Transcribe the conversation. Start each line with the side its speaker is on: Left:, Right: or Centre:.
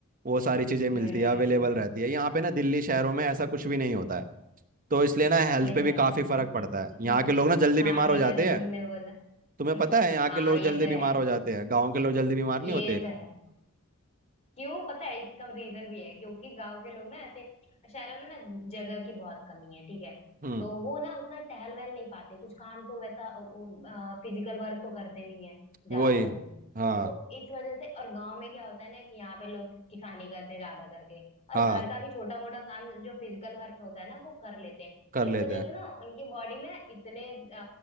Right: वो सारी चीजें मिलती
Left: हम्म
Right: है अवेलेबल रहती है यहाँ पे ना दिल्ली शहरों में ऐसा कुछ भी नहीं होता है तो इसलिए ना हेल्थ
Left: ये
Right: पे भी
Left: तो है
Right: काफी फर्क पड़ता है यहाँ के
Left: <laughs>
Right: लोग ना जल्दी
Left: खाने
Right: बीमार हो जाते
Left: का जो
Right: हैं
Left: तुमने बोला
Right: तुम्हें
Left: <laughs>
Right: पता है यहाँ
Left: हाँ
Right: के लोग
Left: ये
Right: जल्दी
Left: तो
Right: बीमार
Left: है
Right: हो जाते हैं गाँव के लोग जल्दी बीमार
Left: ये
Right: नहीं होते
Left: तो है क्यों पता है इसका रीजन भी है क्योंकि गांव के लोग ना ऐसे शहरों में ना जगह की बहुत कमी है ठीक है
Right: हम्म
Left: तो वो ना उतना टहल वहल नहीं पाते कुछ काम तो वैसा फिजिकल वर्क तो करते नहीं है ज्यादा
Right: वही
Left: लोग
Right: हाँ
Left: तो इस वजह से और गांव में क्या होता है ना कि यहाँ पे लोग किसानी करते हैं ज्यादा करके और
Right: हाँ
Left: घर का भी छोटा मोटा काम जो फिजिकल वर्क होता है ना वो कर लेते हैं
Right: कर
Left: तो इस
Right: लेते
Left: वजह
Right: हैं
Left: से ना उनकी बॉडी में ना इतने अ,